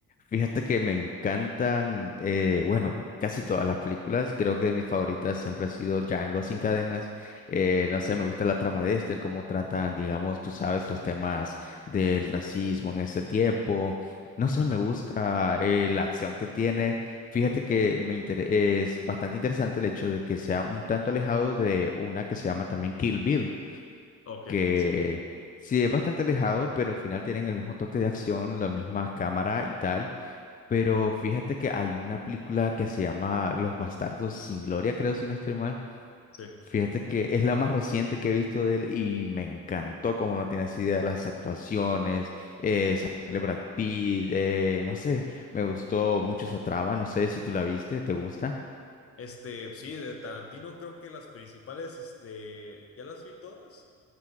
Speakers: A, on the left (about 30°); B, on the left (about 50°).
A: Fíjate que me encantan, eh, bueno, casi todas las películas. Creo que mis favoritas siempre ha sido Django sin cadenas. Eh, no sé, me gusta la trama de este, el cómo tratan, digamos, tú sabes, los temas del racismo en este tiempo. No sé,
B: Ajá,
A: me gusta eh, la acción que tiene. Fíjate que me inter- es bastante interesante el hecho de que sea un tanto alejado de una que se llama también Kill Bill,
B: ok,
A: que
B: sí,
A: sí es bastante alejado, pero al final tienen el mismo toque de acción, la misma cámara y tal. Pero fíjate que hay una película que se llama Los Bastardos sin Gloria, creo, si no estoy mal.
B: sí.
A: Fíjate que es la más reciente que he visto de él y me encantó, como no tienes idea, las actuaciones, eh, sale Brad Pitt, eh, no sé, me gustó mucho esa trama, no sé si tú la viste, ¿te gusta?
B: Este, sí, de Tarantino creo que las principales, este, ya las vi todas.